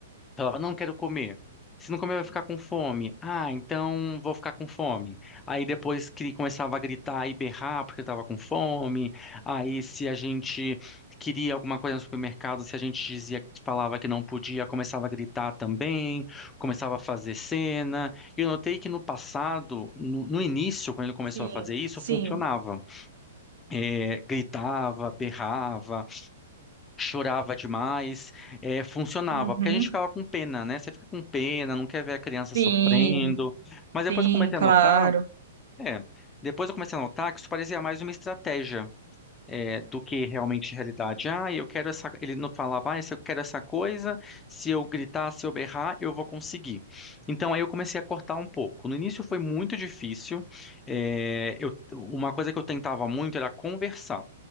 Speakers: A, on the left; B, on the right.
A: Falava, não quero comer. Se não comer, vai ficar com fome. Ah, então vou ficar com fome. Aí depois que começava a gritar e berrar porque eu tava com fome. Aí se a gente queria alguma coisa no supermercado, se a gente dizia, falava que não podia, começava a gritar também, começava a fazer cena. E eu notei que no passado, no, no início, quando ele começou
B: Sim,
A: a fazer isso,
B: sim.
A: funcionava. É, gritava, berrava chorava demais, eh, funcionava,
B: Uhum.
A: porque a gente ficava com pena, né? Você fica com pena, não quer ver a criança sofrendo.
B: Sim,
A: Mas depois
B: sim,
A: eu comecei
B: claro.
A: a notar, é, depois eu comecei a notar que isso parecia mais uma estratégia. eh, do que realmente realidade. Ah, eu quero essa. Ele não falava, ah, se eu quero essa coisa, se eu gritar, se eu berrar, eu vou conseguir. Então aí eu comecei a cortar um pouco. No início foi muito difícil. eh, eu- uma coisa que eu tentava muito era conversar.